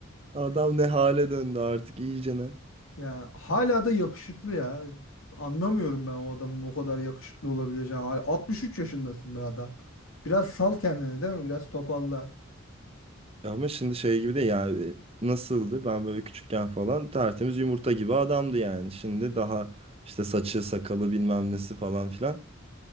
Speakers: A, on the right; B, on the left.
A: Adam ne hale döndü artık iyicene.
B: Ya hala da yakışıklı ya. Anlamıyorum ben o adamın o kadar yakışıklı olabileceğini. Hala 63 yaşındasın be adam. Biraz sal kendini değil mi? Biraz topalla.
A: Ama şimdi şey gibi de yani nasıldı? Ben böyle küçükken falan tertemiz yumurta gibi adamdı yani. Şimdi daha işte saçı, sakalı bilmem nesi falan filan.